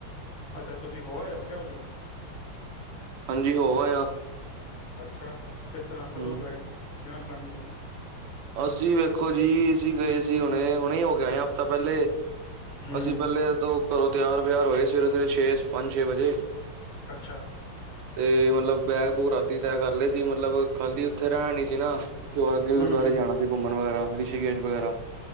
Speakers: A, on the left; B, on the right.
A: ਅੱਛਾ ਤੁਸੀਂ ਹੋ ਆਏ ਹੋ ਕਿਆ ਉੱਧਰ?
B: ਹਾਂਜੀ ਹੋ ਆਇਆ
A: ਅੱਛਾ ਕਿਸ ਤਰ੍ਹਾਂ
B: ਹੂੰ
A: ਕਦੋਂ ਗਏ ਕਿਵੇਂ ਪਲਾਨਿੰਗ ਬਣੀ।
B: ਅਸੀਂ ਵੇਖੋ ਜੀ ਅਸੀਂ ਗਏ ਸੀ ਹੁਣੇ ਹੁਣੇ ਹੀ ਹੋ ਕੇ ਆਏ ਆ ਹਫ਼ਤਾ ਪਹਿਲੇ।
A: ਹੂੰ
B: ਅਸੀਂ ਪਹਿਲੇ ਤੋਂ ਘਰੋਂ ਤਿਆਰ ਵਿਆਰ ਹੋਏ ਸਵੇਰੇ ਸਵੇਰੇ ਛੇ ਪੰਜ ਛੇ ਵਜੇ।
A: ਅੱਛਾ
B: ਤੇ ਮਤਲਬ <unintelligible> ਬੈਗ ਬੂਗ ਰਾਤੀ ਤਿਆਰ ਕਰ ਲਏ ਸੀ ਮਤਲਬ ਖਾਲੀ ਉੱਥੇ ਰਹਿਣ ਨਹੀ ਸੀ ਨਾ ਉਥੇ ਗੁਰੂਆਰੇ
A: ਹੂੰ ਹੂੰ
B: ਜਾਣਾ ਸੀ ਘੁੰਮਣ ਵਗੈਰਾ। ਰਿਸ਼ੀਕੇਸ਼ ਵਗੈਰਾ।